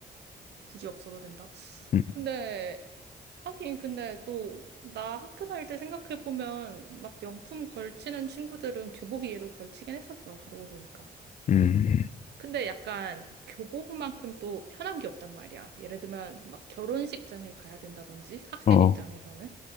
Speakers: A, on the right; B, on the left.
A: 굳이 없어도 된다.
B: 음,
A: 근데, 하긴, 근데 또, 나 학교 다닐 때 생각해보면, 막 명품 걸치는 친구들은 교복위에도 걸치긴 했었어. 그러고 보니까.
B: 음,
A: 근데 약간 교복만큼 또 편한 게 없단 말이야. 예를 들면, 막 결혼식장에 가야 된다든지, 학생
B: 어,
A: 입장에서는.